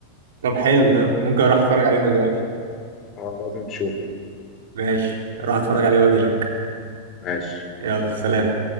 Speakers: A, on the right; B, on the left.
A: طب حلو ده ممكن أروح أتفرج عليه دلوقتي
B: اه لازم تشوفه ده
A: ماشي أروح أتفرج عليه وأجي لك
B: ماشي
A: يلا سلام